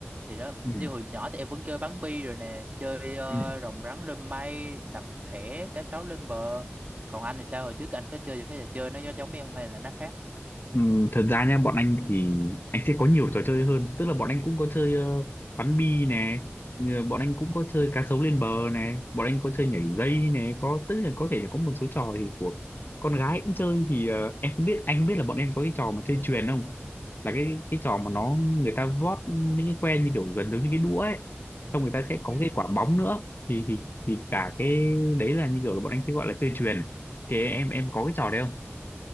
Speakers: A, on the right; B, on the left.
A: Thì đó,
B: ừ,
A: như hồi nhỏ thì em vẫn chơi bắn bi rồi nè, chơi ờ,
B: ừ.
A: rồng rắn rơm mây, đập thẻ, cá sấu lên bờ còn anh thì sao hồi trước anh có chơi những cái trò chơi nó giống giống em hay là nó khác
B: Ừm, thật ra nha bọn anh thì anh sẽ có nhiều trò chơi hơn tức là bọn anh cũng có chơi ờ, bắn bi nè ờ, bọn anh cũng có chơi cá sấu lên bờ nè bọn anh có chơi nhảy dây nè có tức là có thể có một số trò thì của con gái cũng chơi thì ờ, em không biết anh không biết là bọn em có cái trò mà chơi chuyền không là cái cái trò mà nó người ta vót những cái que như kiểu gần giống như cái đũa ấy xong người ta sẽ có
A: Ừ.
B: cái quả bóng nữa thì thì thì cả cái đấy là như kiểu là bọn anh sẽ gọi là chơi chuyền thì em em có cái trò đấy không